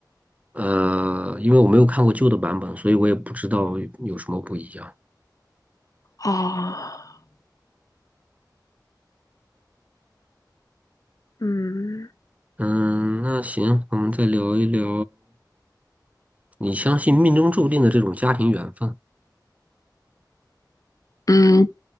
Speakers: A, on the right; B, on the left.
A: 呃，因为我没有看过旧的版本，所以我也不知道有什么不一样。
B: 啊，嗯
A: 嗯，那行，我们再聊一聊，你相信命中注定的这种家庭缘分？
B: 嗯，